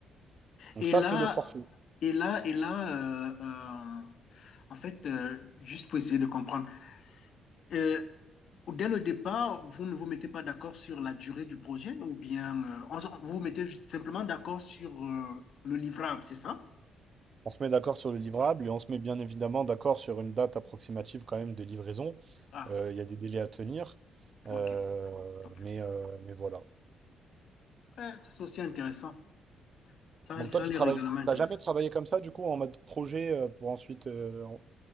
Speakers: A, on the right (about 45°); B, on the left (about 60°).
A: Donc
B: Et
A: ça,
B: là,
A: c'est le forfait.
B: et là, et là, euh, euh, en fait, euh, juste pour essayer de comprendre, euh, dès le départ, vous ne vous mettez pas d'accord sur la durée du projet ou bien euh, on se- vous vous mettez juste simplement d'accord sur euh, le livrable, c'est ça?
A: On se met d'accord sur le livrable et on se met bien évidemment d'accord sur une date approximative quand même de livraison.
B: Ah,
A: Euh, Il y a des délais à tenir. Euh,
B: ok, ok.
A: mais, euh, mais voilà.
B: Ouais, ça, c'est aussi intéressant. Ça,
A: Donc
B: ça
A: toi, tu
B: les
A: travailles,
B: règlements intéressants.
A: t'as jamais travaillé comme ça, du coup, en mode projet euh, pour ensuite... euh, En